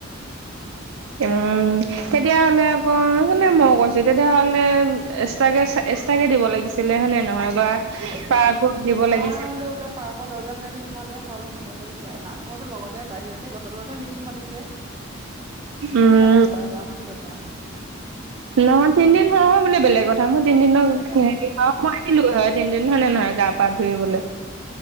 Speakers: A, on the right; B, on the right.
A: উম, তেতিয়াহ'লে আকৌ কোনে মো কৈছে। তেতিয়াহ'লে এক্সট্ৰাকে এক্সট্ৰাকে দিব লাগিছিলে হয়নে নহয়? <unintelligible>
B: কৈছা নোৱাৰা
A: লাগিছিল
B: হলেও বোলে পাৰ্কৰ দৰ্জা খনেদি সোমালে হ'ল সেনেকে কৈছে নামঘৰটো লগতে বাহিৰতে গছ। তলতহে মিটিং পাতিছে কেনেকে
A: উম,
B: আকো' নোৱাৰো গা মানুহজনী আহে।
A: নহয় তিনদিন হৈ গ'ল বোলে বেলেগ কথা মই। তিনদিনক
B: বেলেগ
A: হেৰি
B: কথা
A: মই আহিলোঁ হৈ তিনদিন হয়নে নহয় গা পা ধুই
B: উম
A: হলেওঁ।